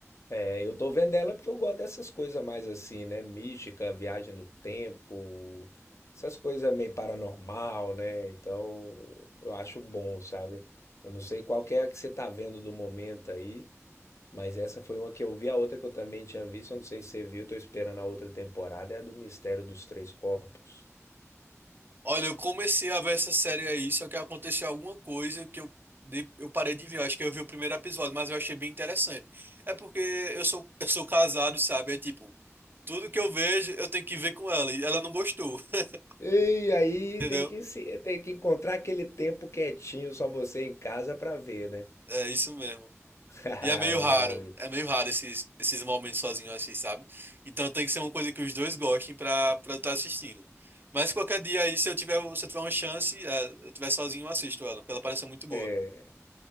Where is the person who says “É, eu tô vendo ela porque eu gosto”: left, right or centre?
Left